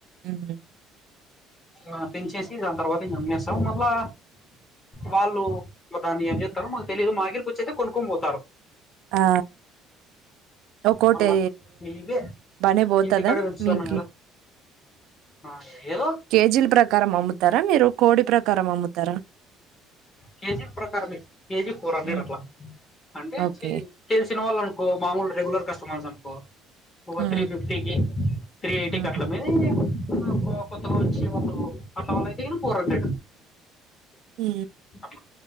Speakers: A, on the right (about 60°); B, on the left (about 20°).
A: హ్మ్.
B: ఆ పెంచేసి దాని తర్వాత ఇంగా అమ్మేస్తాం మళ్ళా వాళ్ళు మా దాన్ని ఏం చెస్తారో మాకు తెలిదు మా దగ్గరికి వచ్చి అయితే కొనుక్కొని పోతారు.
A: ఆ ఒక్కక్కటి
B: మళ్ళా ఇవే
A: బనే పోతదా
B: ఇంటికాడ పెంచుతున్నాం
A: మీకి
B: కదా ఆ ఏద్
A: కేజీల ప్రకారం అమ్ముతారా మీరు కోడి ప్రకారం అమ్ముతారా.
B: కేజీ ప్రకారమే కేజీ ఫోర్ హండ్రెడ్
A: హ్మ్.
B: అట్లా అంటే
A: ఓకే.
B: సి తెలిసిన వాళ్ళు అనుకో మామూలు రెగులర్ కస్టమర్స్ అనుకో ఒక
A: హ్మ్.
B: త్రీ ఫిఫ్టీకి త్రీ ఎయిటీకి
A: హ్మ్.
B: అట్లా అ కొ కొత్తగా వచ్చే వాళ్లు అట్లా వాళ్లు అయితేగినా ఫోర్ హండ్రెడు.
A: ఉ
B: అట్లా